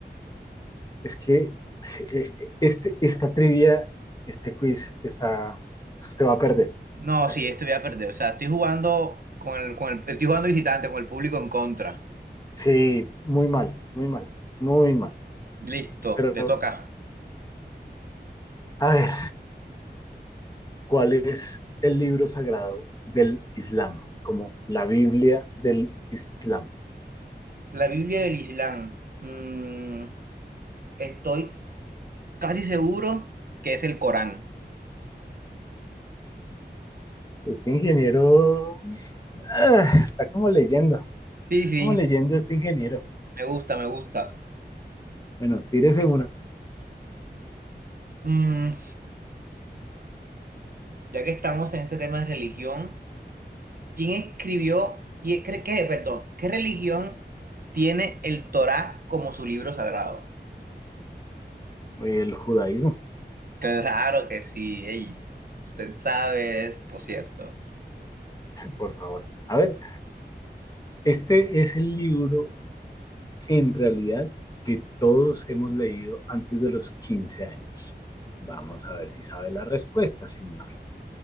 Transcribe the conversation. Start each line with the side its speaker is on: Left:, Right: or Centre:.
Left: Es que eh, este, esta trivia, este quiz, está, usted va a perder.
Right: No,
Left: Eh,
Right: sí, este voy a perder. O sea, estoy jugando con el, con el, estoy jugando visitante, con el público en contra.
Left: Sí, muy mal, muy mal, muy mal.
Right: Listo,
Left: Pero,
Right: le toca.
Left: a ver, ¿cuál es el libro sagrado del Islam? Como la Biblia del Islam.
Right: La Biblia del Islam. Mm, estoy casi seguro que es el Corán.
Left: Este ingeniero ah, está como leyendo,
Right: Sí,
Left: está
Right: sí,
Left: como leyendo este ingeniero.
Right: me gusta, me gusta.
Left: Bueno, tírese una,
Right: Mm, ya que estamos en este tema de religión, ¿quién escribió, quién, cre- qué, perdón, qué religión tiene el Torá como su libro sagrado?
Left: el judaísmo,
Right: Claro que sí, ey, usted sabe esto, ¿cierto?
Left: por favor. A ver, este es el libro en realidad que todos hemos leído antes de los 15 años. Vamos a ver si sabe la respuesta, señor.